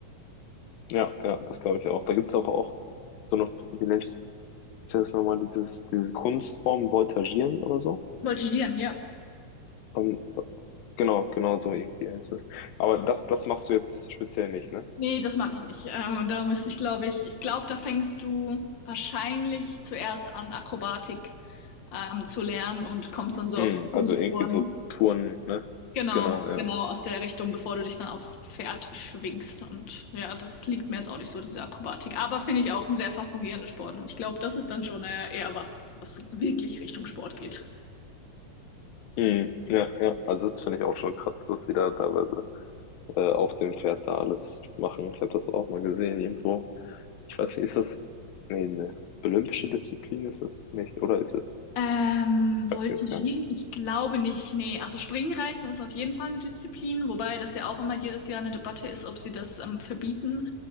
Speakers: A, on the left; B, on the left.
A: Ja, ja, das glaube ich auch. Da gibt's auch, auch so eine, wie nennt's ist das nochmal dieses, diese Kunstform Voltagieren oder so?
B: Voltigieren, ja.
A: Und, genau, genau so irgendwie heißt das. Aber das, das machst du jetzt speziell nicht, ne?
B: Nee, das mache ich nicht. Ähm, und da müsste ich, glaube ich, ich glaube, da fängst du wahrscheinlich zuerst an, Akrobatik ähm, zu lernen und kommst dann so
A: Mm,
B: aus dem Kunstturnen.
A: also irgendwie so Touren, ne?
B: Genau,
A: Genau, ja.
B: genau, aus der Richtung, bevor du dich dann aufs Pferd schwingst. Und ja, das liegt mir jetzt auch nicht so, diese Akrobatik. Aber finde ich auch ein sehr faszinierender Sport. Und ich glaube, das ist dann schon eher, eher was, was wirklich Richtung Sport geht.
A: Mm, ja, ja. Also das finde ich auch schon krass, was die da teilweise äh, auf dem Pferd da alles machen. Ich habe das auch mal gesehen irgendwo. Ich weiß nicht, ist das, nee, ne, olympische Disziplin ist es nicht, oder ist es?
B: Ähm,
A: Weiß
B: Voltigieren?
A: ich jetzt gar nicht.
B: Ich glaube nicht. Nee, also Springreiten ist auf jeden Fall eine Disziplin, wobei das ja auch immer jedes Jahr eine Debatte ist, ob sie das ähm, verbieten,